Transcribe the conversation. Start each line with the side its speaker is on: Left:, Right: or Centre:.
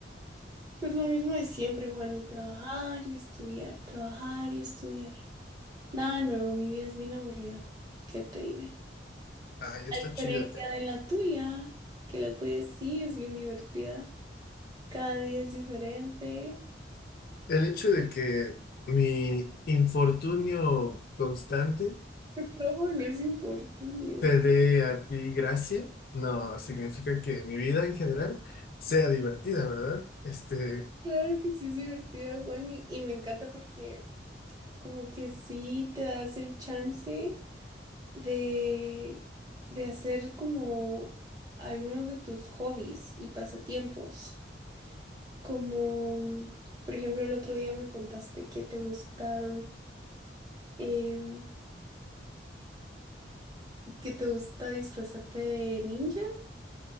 Right: Pues lo mismo de siempre, Juani. Trabajar y estudiar, trabajar y estudiar. Nada nuevo, mi vida es bien aburrida. ¿Qué te diré?
Left: Ay, está
Right: A diferencia
Left: chida, Kat.
Right: de la tuya, que la tuya sí es bien divertida. Cada día es diferente.
Left: El hecho de que mi infortunio constante
Right: No, no es infortunio.
Left: te dé a ti gracia, no, significa que mi vida en general sea divertida, ¿verdad? Este,
Right: Claro que sí es divertida, Juani. Y me encanta porque como que sí te das el chance. de, de hacer como algunos de tus hobbies y pasatiempos. Como, por ejemplo, el otro día me contaste que te gusta, em, que te gusta disfrazarte de ninja.